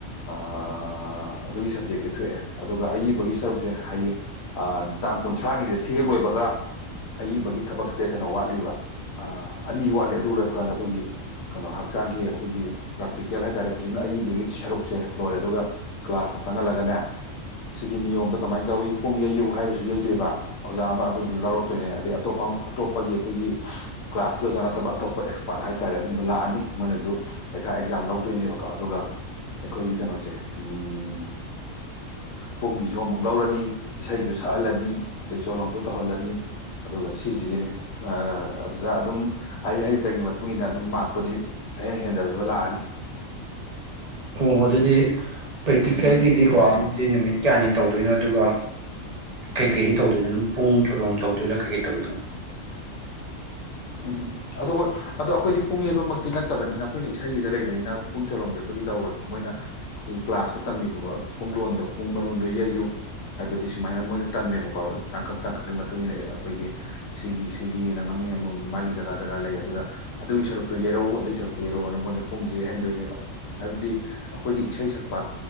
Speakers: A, on the left (about 80°); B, on the right (about 40°).
A: ꯑꯥ ꯑꯗꯨꯒꯤ ꯁꯞꯖꯦꯛꯇꯤ ꯊꯣꯛꯑꯦ ꯑꯗꯨꯒ ꯑꯏꯕꯒꯤ ꯁꯔꯨꯛꯁꯦ ꯍꯌꯦꯡ ꯑ ꯇꯥꯡ ꯀꯨꯟꯊ꯭ꯔꯥꯒꯤꯁꯦ ꯁꯤ ꯍꯦꯛ ꯂꯣꯏꯕꯒ ꯑꯏꯕꯒꯤ ꯊꯕꯛꯁꯦ ꯀꯩꯅꯣ ꯋꯥꯠꯂꯤꯕ ꯑꯥ ꯑꯅꯤ ꯋꯥꯠꯂꯤ ꯑꯗꯨ ꯂꯣꯏꯕ ꯀꯥꯟꯗ ꯑꯩꯈꯣꯏꯒꯤ ꯀꯅꯣ ꯍꯛꯆꯥꯡꯒꯤ ꯑꯩꯈꯣꯏꯒꯤ ꯄ꯭ꯔꯦꯛꯇꯤꯀꯦꯜ ꯍꯥꯏꯇꯥꯔꯦ ꯍꯧꯖꯤꯛꯅ ꯑꯏꯕꯒꯤ ꯁꯔꯨꯛꯁꯦ ꯂꯣꯏꯔꯦ ꯑꯗꯨꯒ ꯀ꯭ꯂꯥꯁ ꯆꯪꯍꯜꯂꯒꯅꯦ ꯁꯤꯒꯤ ꯅꯤꯌꯣꯝꯗ ꯀꯃꯥꯏ ꯇꯧꯋꯤ ꯄꯨꯡ ꯌꯩꯌꯨ ꯍꯥꯏꯔꯒ ꯌꯩꯗꯣꯏꯕ ꯑꯣꯖꯥ ꯑꯃ ꯑꯗꯨ ꯂꯧꯔꯛꯇꯣꯏꯅꯦ ꯑꯗꯩ ꯑꯇꯣꯞꯄ ꯑꯇꯣꯞꯄꯒꯤ ꯑꯩꯈꯣꯏꯒꯤ ꯀ꯭ꯂꯥꯁꯀꯤ ꯑꯣꯖꯥ ꯉꯥ ꯑꯇꯣꯞ ꯑꯇꯣꯞꯄ ꯑꯦꯛꯁꯄꯥꯔꯠ ꯍꯥꯏꯇꯥꯔꯦ ꯑꯗꯨꯝꯕ ꯂꯥꯛꯑꯅꯤ ꯃꯣꯏꯅꯁꯨ ꯄꯩꯈꯥ ꯑꯦꯛꯖꯥꯝ ꯂꯧꯗꯣꯏꯅꯦꯕꯀꯣ ꯑꯗꯨꯒ ꯑꯩꯈꯣꯏꯒꯤ ꯀꯩꯅꯣꯁꯦ ꯎꯝ ꯄꯨꯡꯒꯤꯁꯨ ꯑꯃꯨꯛ ꯂꯧꯔꯅꯤ ꯏꯁꯩꯁꯨ ꯁꯛꯍꯜꯂꯅꯤ ꯑꯗꯩ ꯆꯣꯂꯣꯝꯁꯨ ꯇꯧꯍꯜꯂꯅꯤ ꯑꯗꯨꯒ ꯁꯤꯁꯤꯒꯤꯅꯤ ꯑ ꯑꯗꯨꯗ ꯑꯗꯨꯝ ꯍꯩ ꯍꯩꯇꯒꯤ ꯃꯇꯨꯡ ꯏꯟꯅ ꯑꯗꯨꯝ ꯃꯥꯛꯄꯨꯗꯤ ꯑꯍꯦꯟ ꯍꯦꯟꯗꯗꯨꯅ ꯂꯥꯛꯑꯅꯤ
B: ꯍꯣ ꯑꯗꯨꯗꯤ ꯄ꯭ꯔꯦꯛꯇꯤꯀꯦꯜꯒꯤꯗꯤꯀꯣ ꯑꯗꯨꯗꯤ ꯅꯨꯃꯤꯠ ꯀ꯭ꯌꯥꯅꯤ ꯇꯧꯗꯣꯏꯅꯣ ꯑꯗꯨꯒ ꯀꯩ ꯀꯩꯗꯤ ꯇꯧꯗꯣꯏꯅꯣ ꯑꯗꯨꯝ ꯄꯨꯡ ꯆꯣꯂꯣꯝ ꯇꯧꯗꯣꯏꯔꯥ ꯀꯩ ꯀꯩ ꯇꯧꯗꯣꯏꯅꯣ
A: ꯎꯝ ꯑꯗꯨꯒꯣ ꯑꯗꯣ ꯑꯈꯣꯏꯗꯤ ꯄꯨꯡ ꯌꯩꯕꯃꯛꯇꯤ ꯅꯠꯇꯕꯅꯤꯅ ꯑꯩꯈꯣꯏꯅ ꯏꯁꯩꯒꯤꯗ ꯂꯩꯕꯅꯤꯅ ꯄꯨꯡ ꯆꯣꯂꯣꯝꯗꯤ ꯑꯩꯈꯣꯏꯗꯤ ꯇꯧꯔꯣꯏ ꯃꯣꯏꯅ ꯑꯩꯈꯣꯏ ꯀ꯭ꯂꯥꯁꯇ ꯇꯝꯃꯤꯕ ꯄꯨꯡꯂꯣꯟꯗꯣ ꯄꯨꯡ ꯃꯔꯣꯟꯗꯣ ꯌꯩꯌꯨ ꯍꯥꯏꯕꯗꯤ ꯁꯨꯃꯥꯏꯅ ꯃꯣꯏꯅ ꯇꯝꯃꯦꯕꯀꯣ ꯇꯥꯡꯀꯛ ꯇꯥꯡꯀꯛꯀꯤ ꯃꯇꯨꯡ ꯏꯟꯅ ꯑꯩꯈꯣꯏꯒꯤ ꯁꯤꯒꯤ ꯁꯤꯒꯤꯅ ꯃꯃꯤꯡ ꯑꯃ ꯃꯥꯒꯤ ꯖꯒꯥ ꯖꯒꯥ ꯂꯩ ꯑꯗꯨꯗ ꯑꯗꯨꯒꯤ ꯁꯔꯨꯛꯇꯨ ꯌꯩꯔꯛꯎ ꯑꯗꯨꯒꯤ ꯁꯔꯨꯛꯇꯨ ꯌꯩꯔꯛꯑꯣꯅ ꯃꯣꯏꯅ ꯄꯨꯡꯖꯦ ꯌꯩꯍꯟꯗꯣꯏꯅꯦꯕ ꯍꯥꯏꯕꯗꯤ ꯑꯈꯣꯏꯗꯤ ꯏꯁꯩ ꯁꯛꯄ